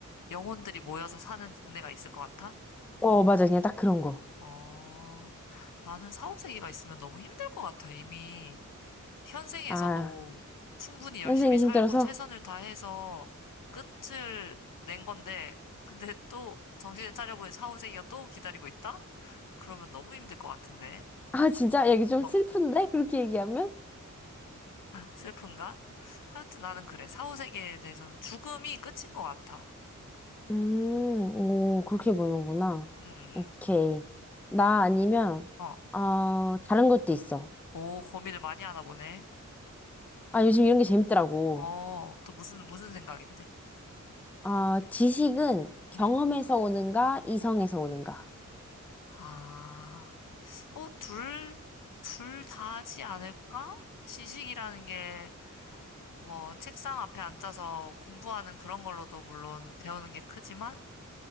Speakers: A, on the left; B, in the centre.
A: 영혼들이 모여서 사는 동네가 있을 것 같아?
B: 어, 맞아. 그냥 딱 그런 거.
A: 어, 나는 사후세계가 있으면 너무 힘들 것 같아, 이미. 현생에서도
B: 아,
A: 충분히 열심히
B: 현생이
A: 살고
B: 힘들어서.
A: 최선을 다해서 끝을 낸 건데, 근데 또 정신을 차려보니 사후생이가 또 기다리고 있다? 그러면 너무 힘들 것 같은데.
B: 아, 진짜? 야, 이게 좀
A: <laughs>
B: 슬픈데? <laughs> 그렇게 얘기하면?
A: 슬픈가? 하여튼 나는 그래. 사후세계에 대해서는 죽음이 끝인 것 같아.
B: 음, 오, 그렇게 보는구나.
A: 음,
B: 오케이. 나 아니면,
A: 어.
B: 어, 다른 것도 있어.
A: 오, 고민을 많이 하나 보네.
B: 아, 요즘 이런 게 재밌더라고.
A: 어, 또 무슨, 무슨 생각인데?
B: 아, 지식은 경험에서
A: 음.
B: 오는가, 이성에서 오는가.
A: 아, 어, 둘, 둘 다지 않을까? 지식이라는 게 뭐, 책상 앞에 앉아서 공부하는 그런 걸로도 물론 배우는 게 크지만,